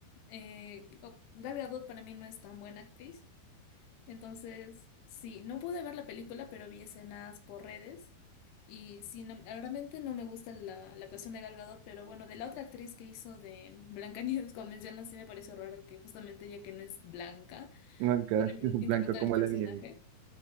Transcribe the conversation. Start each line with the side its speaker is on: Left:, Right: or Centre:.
Left: eh, o- Gal Gadot para mí no es tan buena actriz, entonces sí, no pude ver la película, pero vi escenas por redes y sí, no, la- realmente no me gusta la, la actuación de Gal Gadot, pero bueno, de la otra actriz que hizo de Blancanieves, <laughs> como mencionas, sí me pareció raro que justamente ella que no es blanca,
Right: Blanca,
Left: para in-
Right: <laughs> blanca
Left: interpretar
Right: como
Left: el personaje.
Right: la nieve.